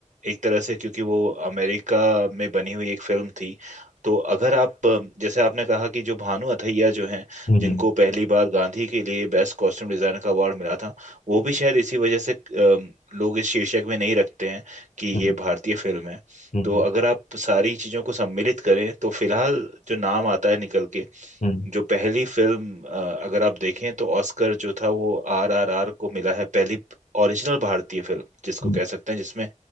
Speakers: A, on the right (about 65°); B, on the left (about 65°).
A: एक तरह से क्योंकि वो अमेरिका में बनी हुई एक फिल्म थी तो अगर आप अ, जैसे आपने कहा कि जो भानु अथैया जो हैं
B: हम्म
A: जिनको पहली बार गांधी के लिए बेस्ट कॉस्ट्यूम डिजाइनर का अवार्ड मिला था वो भी शायद इसी वजह से अ, लोग इस शीर्षक में नहीं रखते हैं कि
B: हम्म
A: ये भारतीय फिल्म है
B: हम्म
A: तो
B: हम्म
A: अगर आप सारी चीजों को सम्मिलित करें तो फिलहाल जो नाम आता है निकल के
B: हम्म,
A: जो पहली फिल्म अ, अगर आप देखें तो ऑस्कर जो था वो आर आर आर को मिला है पहली ओरिजिनल भारतीय फिल्म जिसको
B: हम्म,
A: कह सकते हैं जिसमें